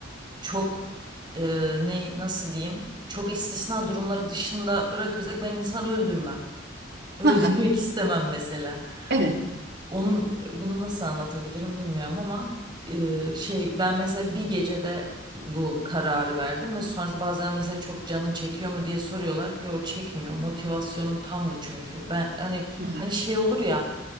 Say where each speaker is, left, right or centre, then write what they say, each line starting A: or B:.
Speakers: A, on the right (about 25°); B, on the right (about 60°).
A: çok e, ne nasıl diyeyim? Çok istisna durumları dışında bırakırsak ben insan öldürmem. <laughs> Öldürmek
B: aha,
A: istemem mesela.
B: evet,
A: Onun bunu nasıl anlatabilirim bilmiyorum ama e, şey ben mesela bir gecede bu kararı verdim ve sonrasında bazen mesela çok canın çekiyor mu diye soruyorlar. Yo çekmiyor. Motivasyonum tamdı çünkü. Ben hani
B: aha,
A: hani şey olur ya